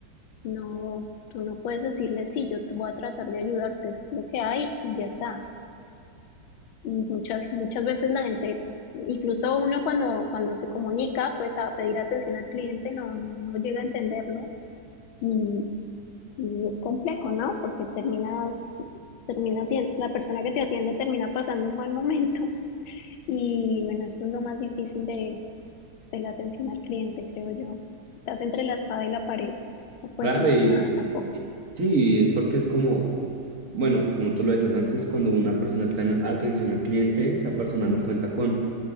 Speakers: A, on the left; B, on the right.
A: No, tú no puedes decirle, sí, yo te voy a tratar de ayudarte, es lo que hay y ya está. Y muchas, muchas veces la gente, incluso uno cuando, cuando se comunica, pues a pedir atención al cliente no, no, no llega a entenderlo y, y es complejo, ¿no? Porque terminas, terminas, sien- la persona que te atiende termina pasando un mal momento <laughs> y bueno, eso es lo más difícil de, de la atención al cliente, creo yo. Estás entre la espada y la pared, no puedes
B: Claro,
A: hacer
B: y
A: nada tampoco.
B: y- sí, es porque como, bueno, como tú lo decías antes, cuando una persona está en atención al cliente, esa persona no cuenta con